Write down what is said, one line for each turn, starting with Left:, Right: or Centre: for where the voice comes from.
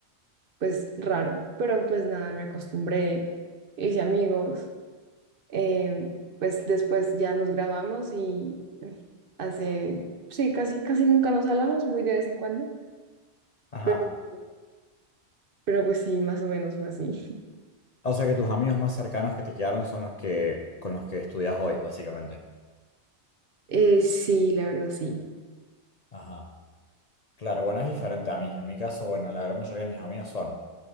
Right: pues raro, pero pues nada, me acostumbré, hice amigos, eh, pues después ya nos graduamos y eh, hace, sí, casi, casi nunca nos hablamos, muy de vez en cuando,
Left: Ajá.
Right: pero, pero pues sí, más o menos fue así.
Left: O sea que tus amigos más cercanos que te quedaron son los que con los que estudias hoy, básicamente.
Right: Eh, sí, la verdad sí.
Left: Ajá. Claro, bueno, es diferente a mí. En mi caso, bueno, la gran mayoría de mis amigos son